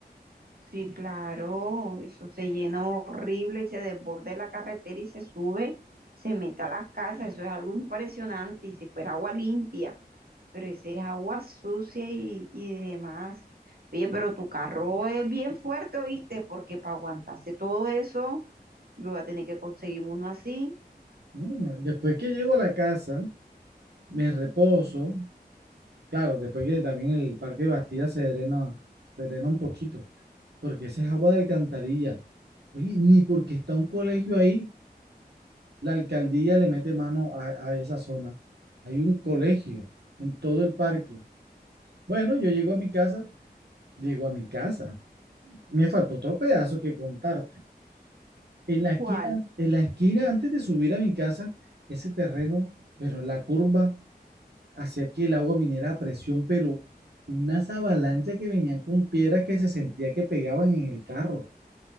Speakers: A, on the right; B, on the right.
A: Sí, claro, eso se llena horrible y se desborde la carretera y se sube, se mete a las casas, eso es algo impresionante y si fuera agua limpia, pero ese es agua sucia y, y demás. Oye, pero tu carro es bien fuerte, ¿oíste? Porque para aguantarse todo eso, yo voy a tener que conseguir uno así.
B: Mm, Después que llego a la casa, me reposo, Claro, después que también el parque de Bastida se drena, se drena un poquito, porque esa es agua de alcantarilla. Oye, ni porque está un colegio ahí, la alcaldía le mete mano a, a esa zona. Hay un colegio en todo el parque. Bueno, yo llego a mi casa, llego a mi casa. Me faltó otro pedazo que contarte. En la
A: ¿Cuál?
B: esquina, en la esquina antes de subir a mi casa, ese terreno, pero la curva hacía que el agua viniera a presión, pero unas avalanchas que venían con piedras que se sentía que pegaban en el carro.